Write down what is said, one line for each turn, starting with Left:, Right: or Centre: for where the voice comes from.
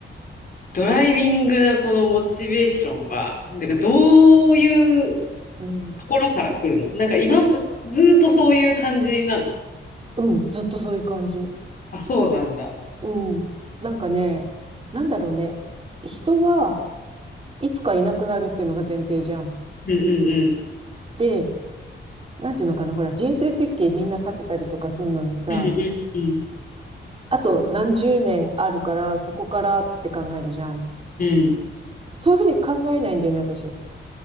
Left: ドライビングなこのモチベーションは、なんかどういうと
Right: うん。
Left: ころから来るのなんか今、ずーっとそういう感じなの。
Right: うん、ずっとそういう感じ。
Left: あ、そうなんだ。
Right: うん。なんかね、なんだろうね。人はいつかいなくなるっていうのが前提じゃん。
Left: うんうんうん。
Right: で、なんていうのかな、ほら、人生設計みんな立てたりとかするのにさ、
Left: うんうん
Right: あと何十年あるから、そこからって考えるじゃん。
Left: うん。
Right: そういうふうに考えないんだよね、私。